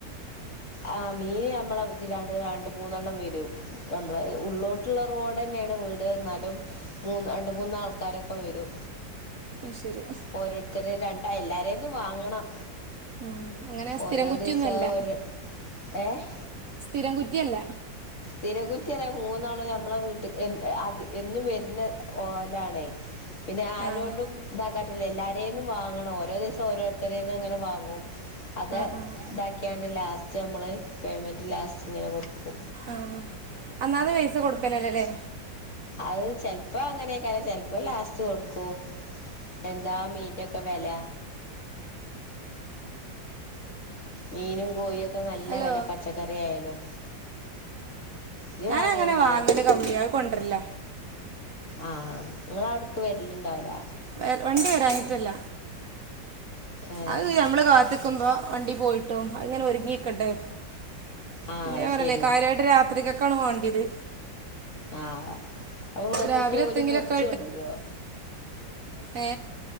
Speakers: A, on the left (about 40°); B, on the right (about 60°).
A: ആഹ് മീൻ ഞമ്മള ഇതിലാണ്ട് രണ്ട് മൂന്നെണ്ണം വരും നമ്മള ഉള്ളോട്ട് ട്ട്ള്ള റോഡെന്നേണ് വീട് എന്നാലും മൂന്ന് രണ്ട് മൂന്നാൾക്കാരൊക്കെ വരും
B: അയ്ശരി
A: ഓരോരുത്തര് രണ്ടാ എല്ലാവരെന്നും വാങ്ങണം
B: ഉം, അങ്ങനെ സ്ഥിരം
A: ഓരോ
B: കുറ്റിയൊന്നും
A: ദിവസം
B: അല്ല
A: ഓരോ ഏഹ്
B: സ്ഥിരം കുറ്റിയല്ല
A: തിരകുറ്റിയര മൂന്നാളും നമ്മളെ വീട്ടിക്ക് എ അത് എന്നും വരുന്ന ഓലാണേ പിന്നെ ആരോടും
B: ആഹ്
A: ഇതാക്കാത്തില്ല എല്ലാരേന്നും വാങ്ങണം ഓരോ ദിവസം ഓരോരുത്തരേന്നും അങ്ങനെ വാങ്ങും അത്
B: ആഹ് ആഹ്
A: ഇതാക്കിയാണ്ട് ലാസ്റ്റ് നമ്മള് പേയ്മെന്റ് ലാസ്റ്റ് ഇങ്ങനെ കൊടുക്കും
B: ആഹ് അന്നാന്ന് പൈസ കൊടുക്കല ല്ല ലേ
A: അത് ചെലപ്പോ അങ്ങനായിക്കാരം ചെലപ്പോ ലാസ്റ്റ് കൊടുക്കും എന്താ മീന്റൊക്കെ വെല മീനും കോയൊക്കെ നല്ല
B: ഹലോ
A: വെല പച്ചക്കറി ആയാലും ഇത്
B: ഞാൻ
A: വാങ്ങയില്ലേ
B: അങ്ങനെ വാങ്ങല് കമ്മിയ അത് കൊണ്ടരല്ല
A: ആഹ് ഇങ്ങളവിടക്ക് വരലിണ്ടാവുല
B: വ വണ്ടി വരാഞ്ഞിട്ടല്ല
A: ഏഹ്
B: അത് നമ്മള് കാ ത്ക്കുമ്പോ വണ്ടി പോയിട്ടും അങ്ങനെ ഒരുങ്ങിക്കണ്ടെ
A: ആഹ്
B: പിന്നെ
A: അത്
B: ഞാൻ പറഞ്ഞില്ലേ
A: ശരിയാ
B: കാര്യായിട്ട് രാത്രിക്കക്കാണ് മാണ്ടിയത്
A: ആ വന്നിട്ട്
B: രാവിലെ
A: ഓല്
B: എത്തെങ്കിലൊക്കെ
A: മുറിച്ചൊണ്ടരോ
B: ഏ